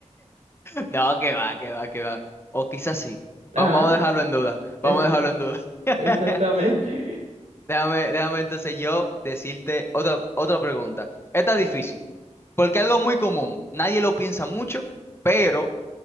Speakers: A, on the left; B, on the right.
A: <laughs> No, que va, que va, que va. O quizás sí.
B: Ah,
A: Va- vamos a dejarlo en duda,
B: exact
A: vamos a dejarlo en duda. <laughs>
B: exactamente.
A: Déjame, déjame entonces yo decirte otra, otra pregunta.
B: <laughs>
A: Esta
B: Claro.
A: es difícil, porque algo muy común, nadie lo piensa mucho, pero,